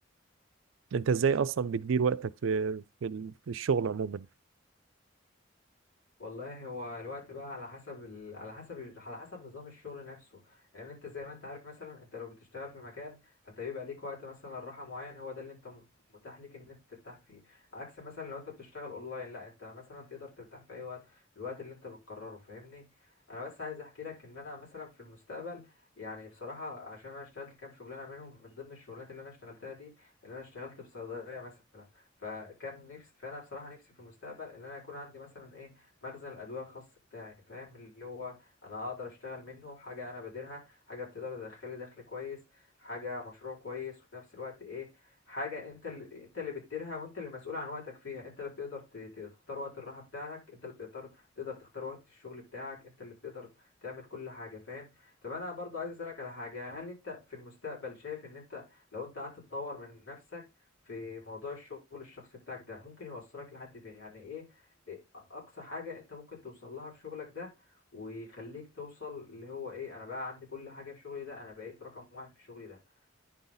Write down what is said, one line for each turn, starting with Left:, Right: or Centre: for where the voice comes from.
Right: انت ازاي اصلا بتدير وقتك في في ال- في الشغل عموما
Left: والله هو الوقت بقى على حسب ال... على حسب على حسب نظام الشغل نفسه لان انت زي ما انت عارف مثلا انت لو بتشتغل في مكان فانت بيبقى ليك وقت مثلا راحه معين هو ده اللي انت م- متاح ليك ان انت ترتاح فيه عكس مثلا لو انت بتشتغل اونلاين لا انت مثلا تقدر ترتاح في اي وقت الوقت اللي انت بتقرره فاهمني انا بس عايز احكي لك ان انا مثلا في المستقبل يعني بصراحه عشان انا اشتغلت كام شغلانه منهم من ضمن الشغلانات اللي انا اشتغلتها دي اللي انا اشتغلت في صيدليه مثلا فكان نفسي فانا بصراحه نفسي في المستقبل ان انا يكون عندي مثلا ايه مخزن الادويه الخاص بتاعي فاهم اللي هو انا اقدر اشتغل منه حاجه انا باديرها حاجه بتقدر تدخل لي دخل كويس حاجه مشروع كويس وفي نفس الوقت ايه حاجه انت اللي انت اللي بتديرها وانت اللي مسؤول عن وقتك فيها انت اللي بتقدر ت- ت- تختار وقت الراحه بتاعك انت اللي بتقدر تقدر تختار وقت الشغل بتاعك انت اللي بتقدر تعمل كل حاجه فاهم طب انا برضو عايز اسالك على حاجه هل انت في المستقبل شايف ان انت لو انت قعدت تطور من نفسك في موضوع الشغل الشخصي بتاعك ده ممكن يوصلك لحد فين يعني ايه إيه اقصى حاجه انت ممكن توصل لها في شغلك ده ويخليك توصل اللي هو ايه انا بقى عندي كل حاجه في شغلي ده انا بقيت رقم واحد في شغلي ده